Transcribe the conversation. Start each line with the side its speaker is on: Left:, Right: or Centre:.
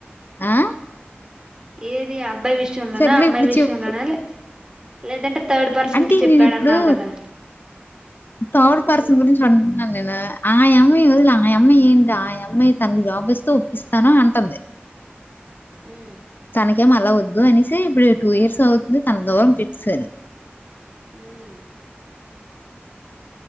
Left: ఆ
Right: ఏది అ అబ్బాయి విషయంలోనా
Left: సర్లే
Right: అమ్మాయి
Left: ఇప్పుడు
Right: విషయంలోనా
Left: చెప్పు
Right: లే లేదంటే థర్డ్ పర్సన్
Left: అంటే
Right: కి చెప్పాడున్నావు
Left: నేను ఇప్పుడు
Right: కదా
Left: థర్డ్ పర్సన్ గురించి అంటున్నాను నేను ఆ అమ్మాయి వదిలి ఆ అమ్మాయి ఏంటి ఆ అమ్మాయి తనకు జాబ్ ఇస్తే ఒప్పిస్తాను అంటుంది
Right: ఉమ్
Left: చాణక్య మాల వ తు అనసి ఇప్పుడు టూ ఇయర్స్ అవుతుంది తన దూరం పెట్టెసారు
Right: ఉమ్